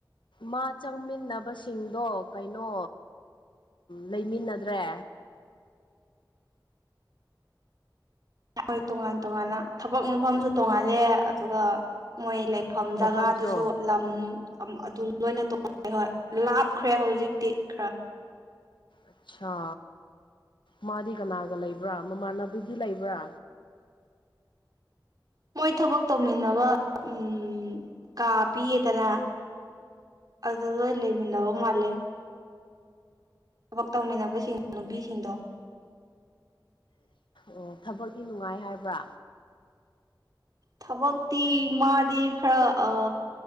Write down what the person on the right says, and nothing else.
ꯃꯣꯏ ꯇꯣꯉꯥꯟ ꯇꯣꯉꯥꯟꯅ ꯊꯕꯛ ꯃꯐꯝꯁꯨ ꯇꯣꯉꯥꯜꯂꯦ ꯑꯗꯨꯒ ꯃꯣꯏ ꯂꯩꯞ ꯃꯐꯝ
ꯖꯒꯥꯗꯨꯁꯨ ꯂꯝ ꯑꯝ ꯑꯗꯨ ꯂꯣꯏꯅ ꯇꯉꯦ ꯍꯣꯏ ꯂꯥꯞ ꯈ꯭ꯔꯦ ꯍꯧꯖꯤꯛꯇꯤ ꯈꯔ
ꯃꯣꯏ ꯊꯕꯛ ꯇꯧꯃꯤꯟꯅꯕ ꯎꯝ ꯀꯥ ꯄꯤꯌꯦꯗꯅ ꯑꯗ ꯂꯣꯏ ꯂꯩꯃꯤꯟꯅ ꯋꯥ ꯃꯂꯦ ꯊꯕꯛ ꯇꯧꯃꯤꯟꯅꯕꯁꯤꯡ ꯅꯨꯄꯤꯁꯤꯡꯗꯣ
ꯊꯕꯛꯇꯤ ꯃꯥꯗꯤ ꯈꯔ ꯑ